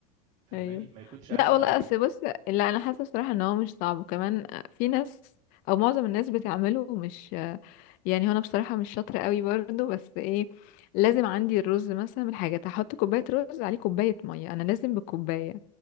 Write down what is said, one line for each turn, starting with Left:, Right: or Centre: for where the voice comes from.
Right: فاهماني
Left: ايوه
Right: ما يكونش عارف
Left: لا والله
Right: ان ال...
Left: اصل بص لا انا حاسه بصراحه ان هو مش صعب وكمان في ناس او معظم الناس بتعمله مش يعني هو انا بصراحه مش شاطره قوي برضو بس ايه لازم عندي الرز مثلا من حاجه احط كوبايه رز عليه كوبايه ميه انا لازم بالكوبايه